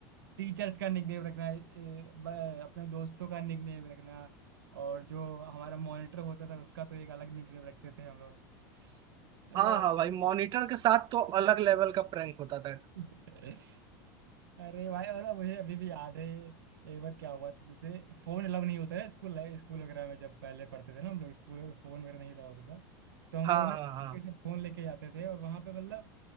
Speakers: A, on the right; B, on the right.
A: टीचर्स का निकनेम रखना ए, ब- अपने दोस्तों का निकनेम रखना और जो हमारा मॉनिटर होता था उसका तो एक अलग निकनेम रखते थे हम लोग मतलब
B: हाँ हाँ भाई मॉनिटर के साथ तो अलग लेवल का प्रैंक होता था
A: <laughs> अरे भाई और मुझे अभी भी याद है एक बार क्या हुआ था जैसे फोन अलाउ नहीं होता है स्कूल स्कूल वगैरह में जब पहले पढ़ते थे ना हम लोग स्कूल में फोन वगैरह नहीं अलाउ होता था तो हम
B: हाँ
A: लोग ना
B: हाँ हाँ
A: ऐसे फोन लेके जाते थे और वहां पे मतलब